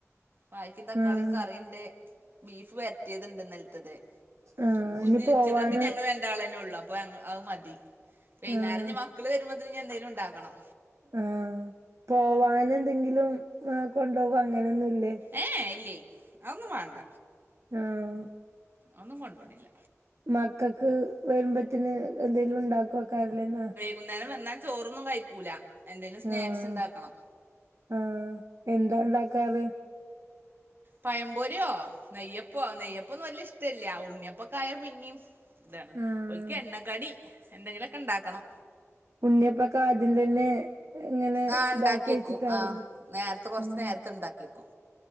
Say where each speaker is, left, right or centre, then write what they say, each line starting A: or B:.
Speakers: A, on the right (about 40°); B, on the right (about 65°).
A: വായിക്കിം തക്കാളി
B: ആഹ്
A: കറിണ്ട്. ബീഫ് വരറ്റിയത്ണ്ട് ഇന്നലത്തത് <unintelligible>
B: ആഹ് ഇനി
A: ഉച്ചകക്ക്
B: പോവാന്
A: ഞങ്ങൾ രണ്ടാളേനേള്ളൂ അ പ്പ അത് മതി വൈന്നേര
B: ആഹ്
A: ഇഞ്ഞ് മക്കള് വരുമ്പോത്തനെന്തേങ്കലും ഉണ്ടാക്കണം.
B: ആഹ് പോവാനന്തെങ്കിലും കൊണ്ടുവോ അങ്ങനെയൊന്നുല്ലേ?
A: ഏഹ് ഇല്ലേയ് അതന്നും വേണ്ട
B: ആഹ്
A: ഒന്നും കൊണ്ടോണില്ല.
B: മക്കൾക്ക് വരുമ്പോത്തിന് എന്തേലും ഉണ്ടാക്കക്കാറില്ലേ ന്നാ?
A: കുന്നേരം വന്നാ ചോറൊന്നും കഴിക്കൂല എന്തെലും സ്നാക്സ്ണ്ടാക്കണം.
B: ആഹ് ആഹ് എന്താണ്ടാക്കാറ്?
A: പഴം പെരിയോ നെയ്യപ്പോ നെയ്യപ്പന്നും വല്ല്യ ഇഷ്ടല്ല. ഉണ്ണിയപ്പൊക്കായ പിന്നിം ഇതാണ്
B: ആഹ്
A: ഒ ാല്ക്ക് എണ്ണക്കടി എന്തെങ്കിലക്കെണ്ടാക്കണം.
B: ഉണ്യപ്പക്കെ ആദ്യം തന്നെ ഇങ്ങനെ
A: ആ
B: ഇതാക്കി
A: ഉണ്ടാക്കി വെക്കും
B: വെച്ചിട്ടാവില്ലേ?
A: ആ നേരത്തെ കുറച്ച്
B: ഉം
A: നേരത്തെ ഉണ്ടാക്കിക്കും.